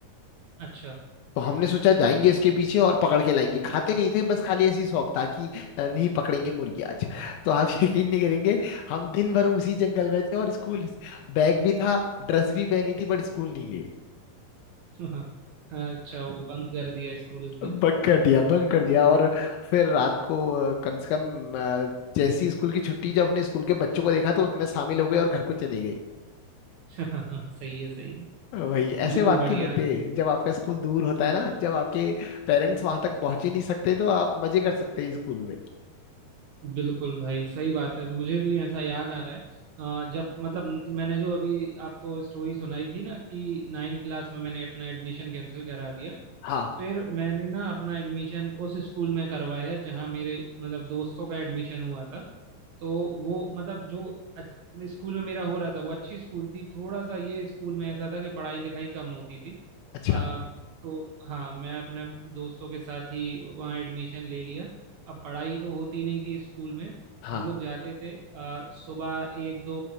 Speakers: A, on the right; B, on the left.
A: अच्छा
B: तो हमने सोचा जाएंगे इसके पीछे और पकड़ के लाएंगे खाते नहीं थे बस खाली ऐसी शौक था कि अ, नहीं पकड़ेंगे मुर्गी आज तो आप <laughs> यकीन नहीं करेंगे हम दिन भर उसी जंगल में थे और स्कूल बैग भी था ड्रेस भी पहनी थी बट स्कूल नहीं गए
A: <laughs> हाँ हाँ, अच्छा वो बंक कर दिया स्कूल उस दिन
B: बंक कर दिया बंक कर दिया और फिर रात को अ, कम से कम अ, जैसी स्कूल की छुट्टी जब अपने स्कूल के बच्चों को देखा तो उनमें शामिल हो गए और घर को चले गए
A: <laughs> सही है सही है
B: वही ऐसे
A: बिल्कुल
B: वाक्य
A: बढ़िया
B: होते जब आपका स्कूल दूर होता
A: हाँ
B: है ना जब आपके पेरेंट्स वहां तक पहुंच ही नहीं सकते तो आप मजे कर सकते हैं स्कूल में
A: बिल्कुल भाई सही बात है मुझे भी ऐसा याद आ रहा है अ, जब मतलब मैंने जो अभी आपको स्टोरी सुनाई थी ना कि नाइन्थ क्लास में मैंने अपना एडमिशन कैंसिल करा दिया
B: हाँ
A: फिर मैंने ना अपना एडमिशन उस स्कूल में करवाया जहाँ मेरे मतलब दोस्तों का एडमिशन हुआ था तो वो मतलब जो अच्छ- स्कूल में मेरा हो रहा था वो अच्छी स्कूल थी थोड़ा सा ये स्कूल में ऐसा था कि पढ़ाई लिखाई कम होती थी
B: अच्छा
A: अ, तो हाँ मैं अपने दोस्तों के साथ ही वहाँ एडमिशन ले लिया अब पढ़ाई तो होती नहीं थी स्कूल में
B: हाँ
A: हम लोग जाते थे अ, सुबह एक दो